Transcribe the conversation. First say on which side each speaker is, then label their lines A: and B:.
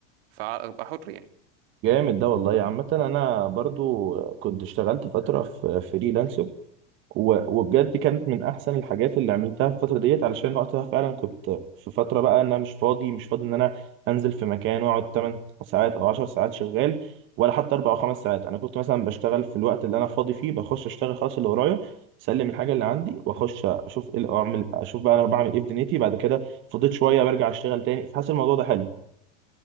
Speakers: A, on the right; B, on the right.
A: فابقى حر يعني
B: جامد ده والله عامه انا برضو كنت اشتغلت فتره في فريلانسر و- وبجد كانت من احسن الحاجات اللي عملتها في الفتره ديت علشان وقتها فعلا كنت في فتره بقى ان انا مش فاضي مش فاضي ان انا انزل في مكان واقعد 8 ساعات او 10 ساعات شغال ولا حتى 4 او 5 ساعات انا كنت مثلا بشتغل في الوقت اللي انا فاضي فيه بخش اشتغل خلاص اللي ورايا اسلم الحاجه اللي عندي واخش اشوف ايه اللي اعمل اشوف بقى انا بعمل ايه في دنيتي بعد كده فضيت شويه برجع اشتغل تاني فحاسس الموضوع ده حلو